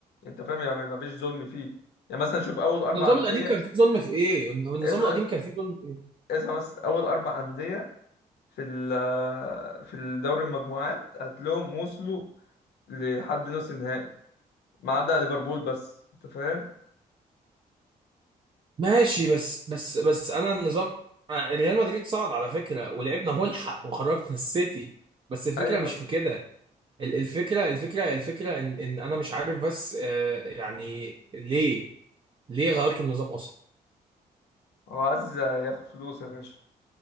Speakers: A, on the left (about 80°); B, on the right (about 30°).
A: انت فاهم يعني ما فيش ظلم فيه يعني مثلا شوف اول اربع
B: النظام
A: انديه
B: القديم كان فيه ظلم في ايه النظام
A: اسمع
B: القديم كان فيه ظلم في ايه
A: اسمع بس اول اربع انديه في ال آه، في الدوري المجموعات هتلاقيهم وصلوا لحد نص النهائي ما عدا ليفربول بس انت فاهم
B: ماشي بس بس بس انا النظام آه، ريال مدريد صعد على فكرة ولعبنا ملحق وخرجنا السيتي بس الفكرة
A: ايوه
B: مش في كده ال- الفكرة الفكرة الفكرة إن إن أنا مش عارف بس آه، يعني ليه ليه غيرتوا النظام أصلا؟
A: هو عايز ياخد فلوس يا باشا